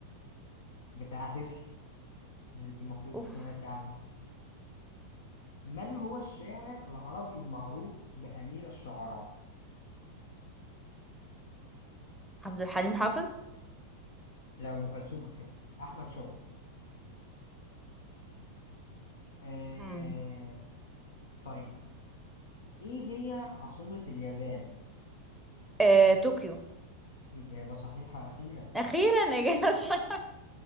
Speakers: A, on the left; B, in the centre.
A: بتاع تسلا اللي أنت المفروض
B: أوف
A: سمعتي عنها من هو الشاعر العربي المعروف بأمير الشعراء؟
B: عبد الحليم حافظ
A: لو أم كلثوم أخف أحمد شوقي آه...
B: مم.
A: طيب إيه هي عاصمة اليابان؟
B: آه... طوكيو
A: إجابة صحيحة أخيرا
B: أخيرا إجابة صحيحة